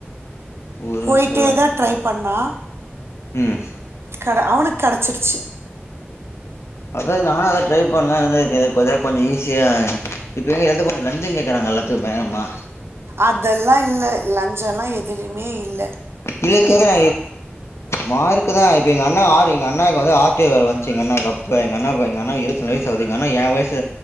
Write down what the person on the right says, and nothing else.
போயிட்டே
தா ட்ரை பண்ணா
கட அவனுக் கடச்சிடுச்சு
அதெல்லா இல்ல லஞ்சோல்லா எதுலையுமே இல்ல